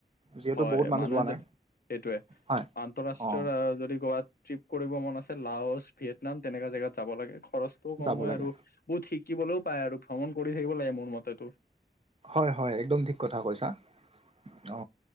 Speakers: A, on the right (about 35°); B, on the left (about 60°).
A: যিহেতু
B: হয়
A: বহুত মানুহ
B: মানুহে
A: যোৱা নাই
B: এইটোৱে
A: হয়
B: আন্তঃৰাষ্ট্ৰীয়
A: অ'
B: যদি গোৱাত, ট্ৰিপ কৰিব মন আছে লাহচ, ভিয়েটনাম তেনেকুৱা জেগাত যাব লাগে খৰচটোও কম
A: যাব
B: হয়
A: লাগে
B: আৰু বহুত শিকিবলৈও পায় আৰু ভ্ৰমণ কৰি থাকিব লাগে মোৰ মতেতো।
A: হয় হয় একদম ঠিক কথা কৈছা। অ